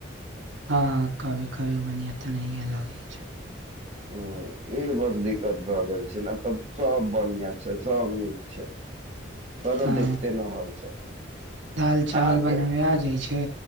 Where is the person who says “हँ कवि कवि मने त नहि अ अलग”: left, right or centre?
Right